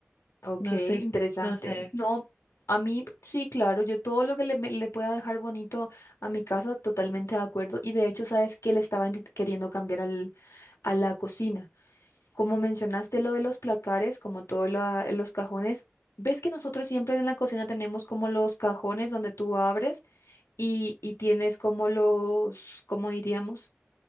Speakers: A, on the left; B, on the left.
A: ok,
B: No
A: interesante.
B: sé, no sé.
A: No, a mí sí, claro, yo todo lo que le, me- le pueda dejar bonito a mi casa, totalmente de acuerdo. Y de hecho, ¿sabes qué le estaba intent- queriendo cambiar al, a la cocina? Como mencionaste lo de los placares, como todos los cajones, ves que nosotros siempre en la cocina tenemos como los cajones donde tú abres y, y tienes como los, ¿cómo diríamos?